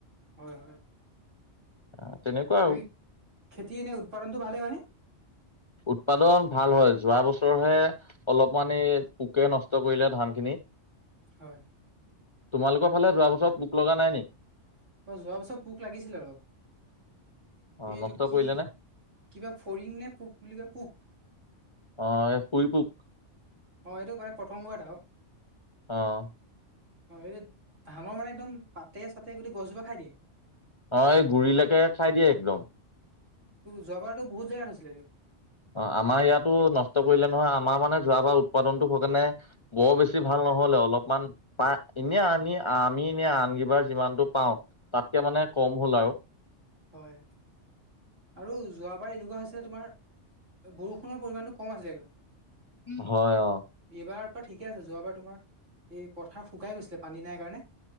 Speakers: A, on the right; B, on the left.
A: হয় হয়
B: আহ তেনেকুৱা
A: বাকী
B: আৰু
A: খেতি এ ননে উৎপাদনতটো ভালে হয়নে?
B: উৎপাদন ভাল হয়। যোৱা বছৰহে অলপ মানে পোকে নষ্ট কৰিলে ধান খিনি
A: হয়।
B: তোমালোকৰ ফালে যোৱাছৰত পোক লগা নাই নেকি?
A: অ যোৱা বছৰ পোক লাগিছিলে অলপ।
B: অ
A: এইটো
B: নষ্ট
A: কি
B: কৰিলে নে
A: কিবা ফৰিং নে পোক বুলি কয়, পোক।
B: অ' শুই পোক।
A: অ সেইটো মানে <unintelligible> আৰু
B: অ'
A: অ' এইটো ধানৰ মানে একদম পাতে চাতে গোটেই গছোপা খাই দিয়ে।
B: অ এই গুৰিলৈকে খাই দিয়ে একদম।
A: যোৱা বাৰত বহুত জেগাত হৈছিলে।
B: অ আমাৰ ইয়াতো নষ্ট কৰিলে নহয় আমাৰ মানে যোৱাবাৰ উৎপাদনটো <unintelligible> বৰ বেছি ভাল নহলে অলপমান পা এনে আনি আমি এনে আন কিবাৰ যিমানতটো পাওঁ তাতকে মানে কম হ'ল আৰু
A: হয়। আৰু যোৱাবাৰ এনেকুৱা হৈছিলে তোমাৰ, বৰষুণৰ পৰিমাণটো কম আছিলে একদম।
B: হয় অ'
A: এইবাৰ ঠিকে আছে। যোৱাবাৰ তোমাৰ এই পথাৰ শুকাই গৈছিলে পানী নাই কাৰণে।